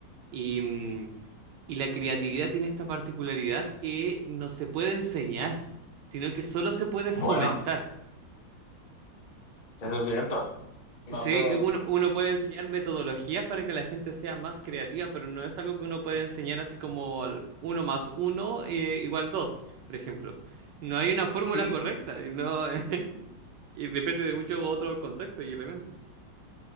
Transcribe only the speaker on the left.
Bueno, eso es cierto. No
sé.
Sí,